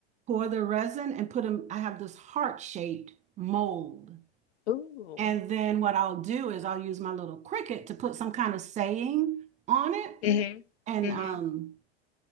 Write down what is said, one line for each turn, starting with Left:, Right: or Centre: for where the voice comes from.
Right: pour the resin and put them, I have this heart-shaped mold.
Left: Ooh.
Right: And then what I'll do is I'll use my little Cricut to put some kind of saying on it.
Left: hmm
Right: and
Left: hmm
Right: um